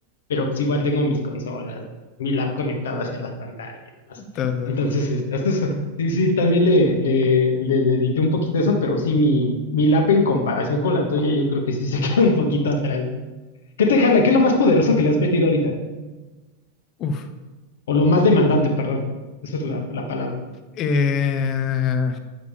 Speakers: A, on the left; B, on the left.
A: pero pues igual tengo mis consolas, mi lab conectado hacia las pantallas y demás.
B: Ta, ta.
A: Entonces, este, hasta eso. Sí, sí, también le, le, le dediqué un poquito a eso, pero sí, mi, mi lap en comparación con la tuya, yo creo que sí se <laughs> queda un poquito atrás. ¿Qué te jala? ¿Qué es lo más poderoso que le has metido ahorita?
B: Uf.
A: O lo más demandante, perdón. Esa es la, la palabra.
B: Eh,